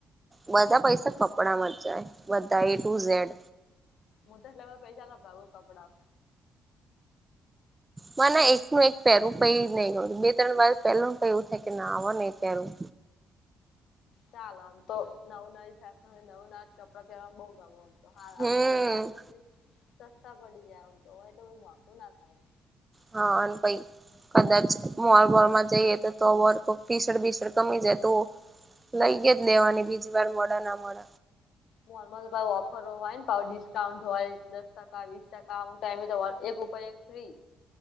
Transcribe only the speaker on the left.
હું તો એટલે પૈસા ના ભાગું કપડા.
ચાલ આમ તો નવું નવી ફેશનય નવું નવા કપડા પહેરવામાં બઉુ ગમે. તો હા
કપડા લાબા બી સસ્તા પડી જાય એમ તો હોય એટલે મોકું ના થાય એમ.
મોલમાં તો ઓફરો હોય ને પાહુ ડિસ્કાઉન્ટ હોય. બાવીસ ટકા અમુક ટાઈમે તો એક ઉપર એક ફ્રી.